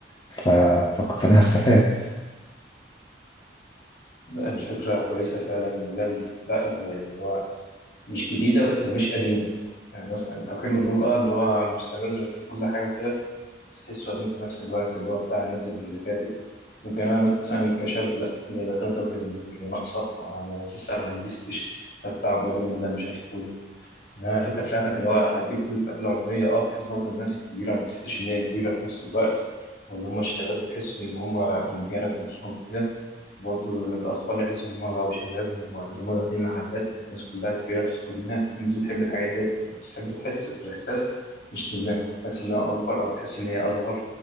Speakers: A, on the left (about 25°); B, on the left (about 60°).
A: ف... ف... فأنا هستفاد
B: لا، الفكره كويسه فعلا وجامده لا واللي هو مش جديده ومش قديمه يعني مثلا توحيد النور اه اللي هو مستمر في كل حاجه وكده بس تحسه قديم في نفس الوقت اللي هو بتاع الناس اللي فاتت ممكن انا مثلا كشاب لا اللي داخل توحيد النور اللي ناقصه انا لسه ما عنديش تيش ده بتاع ابويا وامي ده مش هدخله انها الفكره بتاعتك اللي هو هتجيب كل الفئات العمريه اه بحيث برضه الناس الكبيره ما تحسش ان هي كبيره في نفس الوقت واللي هم الشباب يحسوا ان هم رجاله في نفسهم كده وبرضه الاطفال يحسوا ان هم بقوا شباب واللي هم داخلين محلات الناس كلها كبيره بتدخل منها الناس بتحب الحاجات دي بتحب بتحب تحس بالاحساس مش سنها تحس انها اكبر او تحس ان هي اصغر